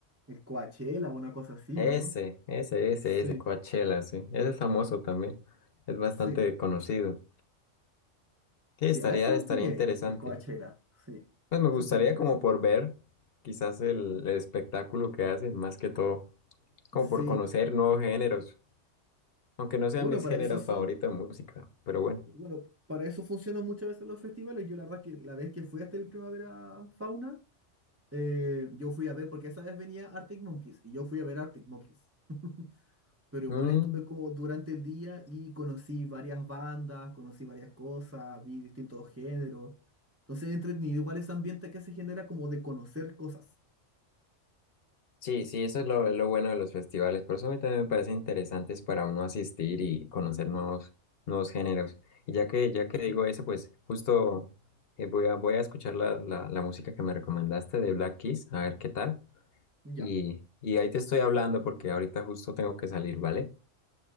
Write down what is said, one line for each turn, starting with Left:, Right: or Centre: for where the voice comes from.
Right: el Coachella, una cosa así,
Left: Ese,
Right: ¿o no?
Left: ese, ese,
Right: Sí,
Left: ese, Coachella, sí. Ese es famoso también. Es bastante
Right: sí,
Left: conocido. Sí, estaría,
Right: sí, a ese me
Left: estaría
Right: gustaría
Left: interesante.
Right: ir, al Coachella, sí,
Left: Pues me
Right: eso
Left: gustaría
Right: estaría interesante.
Left: como por ver quizás el el espectáculo que hacen, más que todo, como
Right: Sí,
Left: por conocer nuevos géneros. Aunque no sea
Right: bueno,
Left: mi género
Right: para eso son...
Left: favorito de música, pero bueno.
Right: Bueno, para eso funcionan muchas veces los festivales. Yo la verdad que la vez que fui hasta el Primavera Fauna, eh, yo fui a ver, porque esa vez venía Arctic Monkeys, y yo fui a ver Arctic Monkeys. <laughs> Pero igual
Left: Mm,
Right: estuve como durante el día y conocí varias bandas, conocí varias cosas, vi distintos géneros. Entonces entretenido igual ese ambiente que se genera como de conocer cosas.
Left: sí, sí, eso es lo, lo bueno de los festivales. Por eso a mí también me parecen interesantes para uno asistir y conocer nuevos, nuevos géneros. Y ya que, ya que digo
Right: ¿sí?
Left: eso, pues justo eh, voy a, voy a escuchar la, la, la música que me recomendaste de Black Keys, a ver qué tal.
Right: Ya.
Left: Y, y ahí te estoy hablando porque ahorita justo tengo que salir, ¿vale?